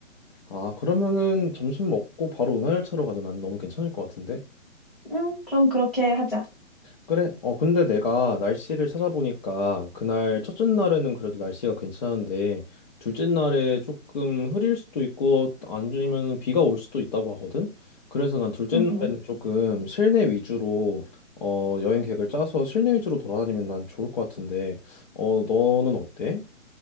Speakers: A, on the left (about 35°); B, in the centre.
A: 아, 그러면은 점심 먹고 바로 은하열차로 가도 난 너무 괜찮을 것 같은데?
B: 응, 그럼 그렇게 하자.
A: 그래, 어, 근데 내가 날씨를 찾아보니까 그날 첫째 날에는 그래도 날씨가 괜찮은데 둘째 날에 조금 흐릴 수도 있고 아니면 비가 올 수도 있다고 하거든? 그래서 난 둘째
B: 응,
A: 날에는
B: 응.
A: 조금 실내 위주로 어, 여행 계획을 짜서 실내 위주로 돌아다니면 난 좋을 것 같은데 어, 너는 어때?